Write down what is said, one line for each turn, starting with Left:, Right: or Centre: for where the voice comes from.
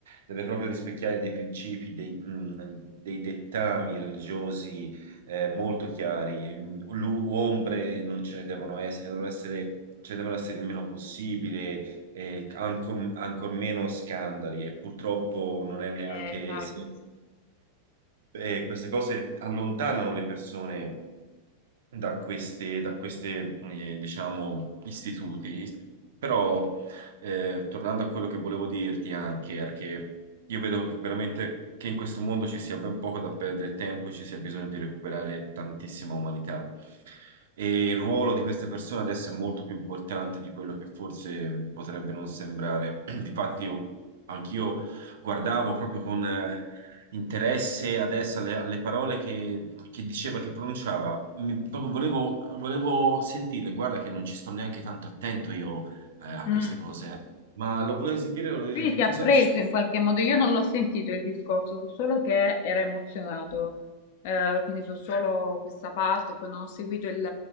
Right: deve proprio rispecchiare dei principi, dei, mh, dei dettami religiosi eh, molto chiari. Lu- ombre non ce ne devono essere, devono essere, ce ne devono essere il meno possibile, e anco- ancor meno scandali e purtroppo non è neanche
Left: Eh, Esatto.
Right: semplice. Eh, queste cose allontanano le persone da queste, da queste eh, diciamo, istituti, Ist- però eh, tornando a quello che volevo dirti anche, era che io vedo veramente che in questo mondo ci sia ben poco da perdere tempo e ci sia bisogno di recuperare tantissima umanità. E il ruolo di queste persone adesso è molto più importante di quello che forse potrebbe non sembrare. <clears throat> Difatti, io, anch'io guardavo proprio con eh, interesse adesso alle, alle parole che, che diceva, che pronunciava. Mi- proprio volevo, volevo sentirle. Guarda che non ci sto neanche tanto attento io eh, a
Left: Mm.
Right: queste cose. eh. Ma lo volevo sentire, volevo dire
Left: Quindi
Right: che
Left: ti
Right: cosa
Left: ha preso
Right: dici?
Left: in qualche modo, io non l'ho sentito il discorso, so solo che era emozionato, Eh, quindi so solo questa parte, poi non ho seguito il,